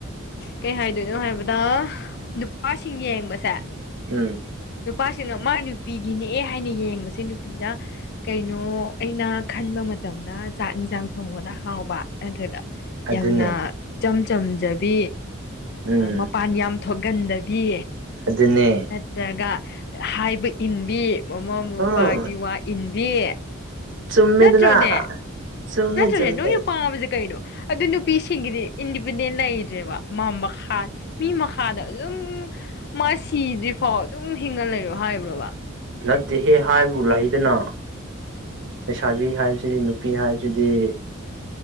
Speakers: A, on the left (about 50°); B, on the right (about 60°).
A: ꯀꯩ ꯍꯥꯏꯗꯣꯏꯅꯣ ꯍꯥꯏꯕꯗ ꯅꯨꯄꯥꯁꯤꯡ ꯌꯦꯡꯕꯁꯦ
B: ꯎꯝ
A: ꯅꯨꯄꯥꯁꯤꯡꯅ ꯃꯥꯥꯏ ꯅꯨꯄꯤꯒꯤꯅꯦ ꯍꯥꯏꯅ ꯌꯦꯡꯕꯁꯦ ꯅꯨꯄꯤꯗ ꯀꯩꯅꯣ ꯑꯩꯅ ꯈꯟꯕ ꯃꯇꯝꯗ ꯆꯥꯛ ꯏꯟꯁꯥꯡ ꯊꯣꯡꯕꯗ ꯍꯥꯎꯕ ꯅꯠꯇ꯭ꯔꯒ
B: ꯑꯗꯨꯅꯦ
A: ꯌꯥꯝꯅ ꯏꯆꯝ ꯆꯝꯖꯕꯤ
B: ꯎꯝ
A: ꯃꯄꯥꯟ ꯌꯥꯝ ꯊꯣꯛꯀꯟꯗꯕꯤ
B: ꯑꯗꯨꯅꯦ
A: ꯅꯠꯇ꯭ꯔꯒ ꯍꯥꯏꯕ ꯏꯟꯕꯤ ꯃꯃꯥ ꯃꯄꯥꯒꯤ
B: ꯎꯝ
A: ꯋꯥ ꯏꯟꯕꯤ
B: ꯆꯨꯝꯃꯦꯗꯅ
A: ꯅꯠꯇ꯭ꯔꯣꯅꯦ
B: ꯆꯨꯝꯃꯦ
A: ꯅꯠꯇ꯭ꯔꯅꯦ
B: ꯆꯨꯝꯃꯦ
A: ꯅꯣꯏ ꯄꯥꯝꯃꯤꯁꯦ ꯀꯩꯅꯣ ꯑꯗꯨ ꯅꯨꯄꯤꯁꯤꯡꯒꯤꯗꯤ ꯏꯟꯗꯤꯄꯦꯟꯗꯦꯟ ꯂꯩꯇ꯭ꯔꯦꯕ ꯃꯈꯥ ꯃꯤ ꯃꯈꯥꯗ ꯑꯗꯨꯝ ꯃꯥ ꯁꯤꯗ꯭ꯔꯤꯐꯥꯎ ꯑꯗꯨꯝ ꯍꯤꯡꯒ ꯂꯩꯔꯣ ꯍꯥꯏꯕ꯭ꯔꯣꯕ
B: ꯅꯠꯇꯦꯍꯦ ꯍꯥꯏꯕꯨ ꯂꯩꯗꯅ ꯂꯩꯁꯥꯕꯤ ꯍꯥꯏꯕꯁꯤꯗꯤ ꯅꯨꯄꯤ ꯍꯥꯏꯕꯁꯤꯗꯤ